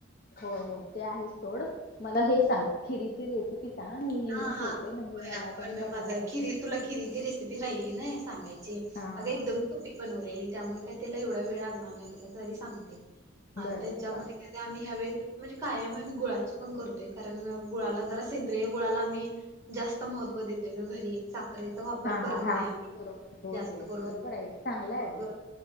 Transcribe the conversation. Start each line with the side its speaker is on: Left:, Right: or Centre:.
Left: होय होय. ते आहेच सोड मला हेच सांग. खिरीची रेसिपी सांग. मी लिहून
Right: हा हा
Left: ठेवते
Right: होय
Left: म्हणजे मला
Right: आपण
Left: पण बनवाय
Right: माझा खिरी तुला खिरीची रेसिपी राहिली नाही सांगायची.
Left: हा
Right: अग एकदम तू ती बनवलेली त्यामुळे काही त्याला एवढा वेळ लागणार नाही. तुला तरी सांगते.
Left: बर
Right: त्याच्यामध्ये
Left: बर सांग
Right: आम्ही ह्यावेळी म्हणजे कायम गुळाची पण करतो. कारण गुळाला जरा सेंद्रिय गुळाला आम्ही जास्त महत्त्व देतोय गं घरी. साख रेचा वापर
Left: हा
Right: करत
Left: हा हा
Right: नाही
Left: बरोबर होय
Right: जास्त
Left: होय
Right: करून.
Left: बरोबर आहे चांगला
Right: मग,
Left: आहे ग